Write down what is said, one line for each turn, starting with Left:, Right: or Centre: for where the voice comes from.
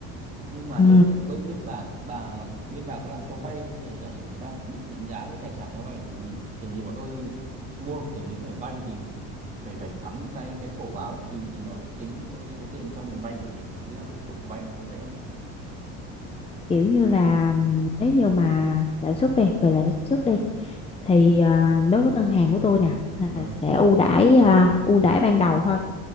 Right: nhưng mà
Left: Ừ,
Right: nhất nhớ bên bên bà bà bên bà có làm cho vay không? Tức là giả sử người ta định định giá cái tài sản cho vay thì vì kiểu gì bọn tôi mua kiểu gì cũng phải vay thì phải phải phải cắm cái cái sổ vào ấy thì thì nó sẽ tính cái số tiền cho mình vay kiểu gì với cả thủ tục vay nó có dễ không
Left: kiểu như là ừm, nếu như mà lãi suất đi về lãi suất đi thì à, đối với ngân hàng của tôi nè là
Right: ừ
Left: sẽ ưu đãi à, ưu đãi ban đầu thôi